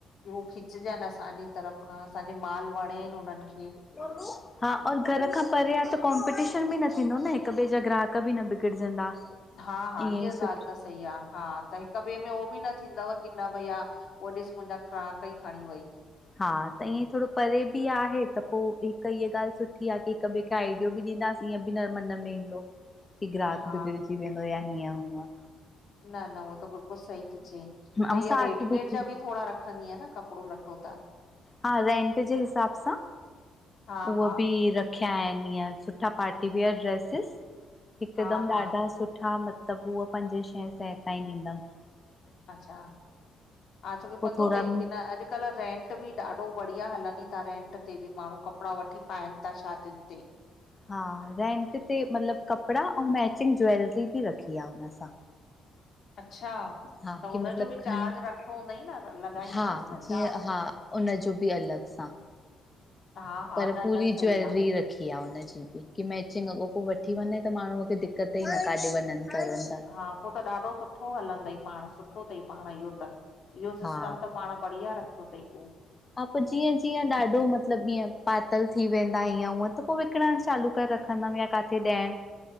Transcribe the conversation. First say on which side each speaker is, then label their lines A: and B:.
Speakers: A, on the left; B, on the left.
A: हु खिचजन असांजे तरफ़ खां असांखे माल वणे उनन खे।
B: सोनु <unintelligible> हा और घर खां परे आ त कॉम्पिटीशन बि न थींदो न हिक ॿिए जा ग्राहक बि न बिगड़जंदा।
A: हा, हा,
B: ईअं
A: इहा
B: ई सुठो
A: ॻाल्ह त सही आ। हा त हिक ॿिए में उहो बि न थींदव। की न भईया ओ ॾिस मुंहिंजा कीड़ाक् ई खणी वई।
B: हा त ईअं थोरो परे बि आहे त पो हिक। हीअ ॻाल्हि सुठी आ की हिक ॿिए खे हिक आइडियो बि ॾींदासीं ईअं बि न मन में ईंदो की ग्राहक
A: हा
B: बिगड़जी वेंदो या हीअं हूअं।
A: न। न, उहो त बिल्कुल सही थी चई त
B: ऐं
A: इहा
B: साथ
A: रेडीमेड
B: थी
A: जा बि थोडा रखंदी आहे न कप कपड़ो लटो त।
B: हा रेंट जे हिसाब सां
A: हा
B: उहो
A: हा
B: बि र खिया आहिनि ईअं सुठा पार्टीवियर ड्रेसिस हिकदमि
A: हा हा
B: ॾाढा सुठा मत त पो उहो पंजे छह सै ताईं ॾींदम।
A: अच्छा। हा तोखे
B: पो
A: पतो
B: थोरा
A: थई की न अॼुकल्ह रेंट? ते भी ॾाढो बढ़िया हलनिता रेंट ते बि माण्हू कपड़ा वठी पाइन ता शादियूं ते।
B: हा रेंट ते मतलब कपड़ा ऐं मैचिंग ज्वैेलरी बि रखी आ हुन सा।
A: अच्छा?
B: हा।
A: त
B: की
A: हुनजो
B: मतलब
A: बि
B: खणी,
A: चार्ज रखिणो हूंदई न लॻाईंदीअसि
B: हा
A: न
B: जीअं
A: चार्ज
B: हा हुनजो बि अलग। हा।
A: हा हा
B: पर
A: न
B: पूरी
A: न सही
B: ज्वेलरी रख कि हा हुनंजी बि की मैचिंग अॻोप वठी वञे त माण्हूअ खे दिक़त ई न काॾे वञन करण।
A: हा। पो त ॾाढो सुठो हलंदई पाण सुठो थई, पाण इहो त। इहो
B: हा।
A: सिस्टम त। पाण बढ़िया रखियो थई तूं।
B: हा। पो जीअं जीअं ॾाढो मतलब ईअं पातल थी वेंदा ईअं हूअं त पो विकिणण चालू करे रख। के <unintelligible> नवें का वठी ॾहे